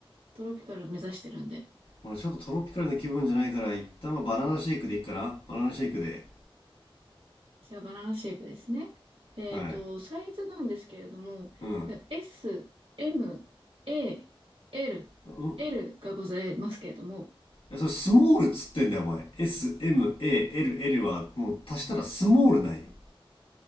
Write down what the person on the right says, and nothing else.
トロピカル目指してるんで。
じゃあ、バナナシェイクですね。えっと、
サイズなんですけれども、
え S、M、A、L、
L がございますけれども、